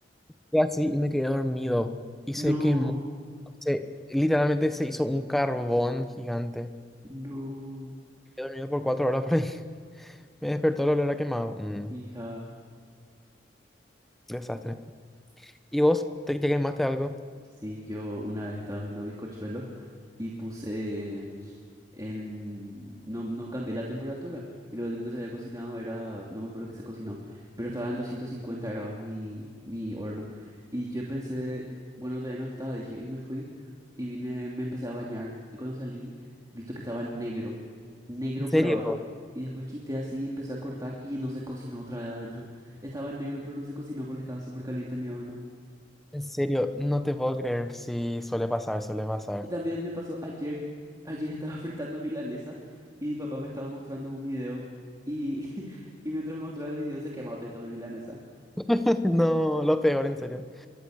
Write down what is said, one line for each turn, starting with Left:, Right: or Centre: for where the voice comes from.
Centre: fue así y me quedé dormido. Y
Right: No,
Centre: se quemó. Se, literalmente se hizo un carbón gigante.
Right: no.
Centre: He dormido por cuatro horas por ahí. <laughs> Me despertó el olor a quemado. Mm,
Right: Hija.
Centre: desastre. ¿Y vos te, te quemaste algo?
Right: Sí, yo una vez estaba haciendo bizcochuelo. y puse en... No, no cambié la temperatura. Y lo último que se había cocinado era... No me acuerdo que se cocinó. Pero estaba en 250 grados mi, mi horno. Y yo pensé, bueno, todavía no está. Dije, y me fui. Y vine, me empecé a bañar. Y cuando salí, visto que estaba negro. Negro
Centre: ¿En serio?
Right: por abajo. Y después quité así y empecé a cortar. Y no se cocinó otra vez adentro. Estaba negro, pero no se cocinó porque estaba súper caliente mi horno.
Centre: En serio, no te puedo creer. Sí, suele pasar, suele pasar.
Right: Y también me pasó ayer, ayer estaba <laughs> fritando milanesa y mi papá me estaba mostrando un video y, <laughs> y mientras me mostraba el video se quemó todo mi milanesa.
Centre: <laughs> No, lo peor, en serio.